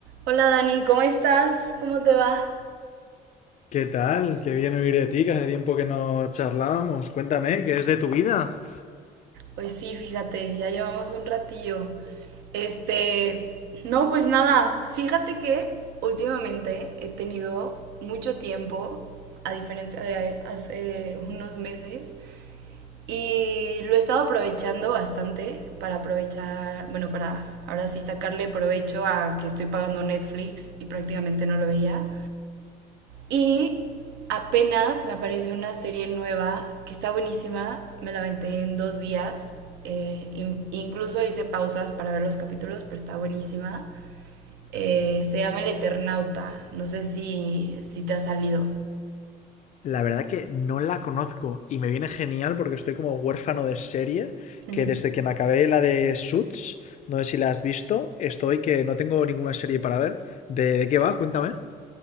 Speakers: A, on the right (about 85°); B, on the left (about 45°).
A: Hola Dani, ¿cómo estás? ¿Cómo te va?
B: ¿Qué tal? Qué bien oír de ti, que hace tiempo que no charlábamos. Cuéntame, ¿qué es de tu vida?
A: Pues sí, fíjate, ya llevamos un ratillo. Este, no, pues nada, fíjate que últimamente he tenido mucho tiempo, a diferencia de hace unos meses, y lo he estado aprovechando bastante para aprovechar, bueno, para ahora sí sacarle provecho a que estoy pagando Netflix y prácticamente no lo veía. Y apenas me apareció una serie nueva que está buenísima, me la aventé en dos días, eh, incluso hice pausas para ver los capítulos, pero está buenísima. Eh, se llama El Eternauta, no sé si, si te ha salido.
B: La verdad que no la conozco y me viene genial porque estoy como huérfano de serie,
A: <laughs>
B: que desde que me acabé la de Suits, no sé si la has visto, estoy que no tengo ninguna serie para ver. ¿De, de qué va? Cuéntame.